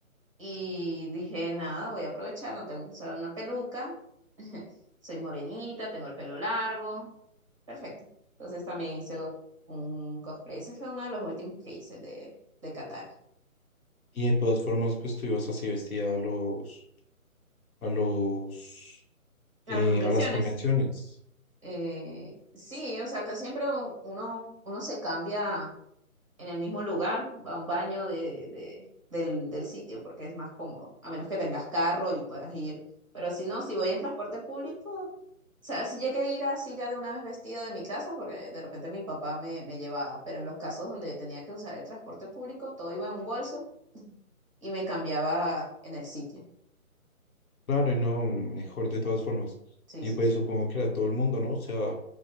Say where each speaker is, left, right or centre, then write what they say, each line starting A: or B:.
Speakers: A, on the right; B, on the left.
A: y dije, nada, voy a aprovechar, no tengo que usar una peluca. <laughs> Soy morenita, tengo el pelo largo. Perfecto. Entonces también hice un cosplay. Ese fue uno de los últimos que hice de, de Katara.
B: Y de todas formas, pues tú ibas así vestida a los, a los, eh,
A: A las convenciones.
B: a las convenciones.
A: eh, sí, o sea, acá siempre u- uno, uno se cambia en el mismo lugar, va a un baño de, de- del, del sitio porque es más cómodo, a menos que tengas carro y puedas ir. Pero si no, si voy en transporte público, o sea, si llegué a ir así ya de una vez vestida de mi casa, porque de repente mi papá me, me llevaba, pero en los casos donde tenía que usar el transporte público, todo iba en un bolso y me cambiaba en el sitio.
B: Claro, y no, mejor de todas formas.
A: Sí,
B: Y
A: sí,
B: pues
A: sí.
B: supongo que era todo el mundo, ¿no? O sea,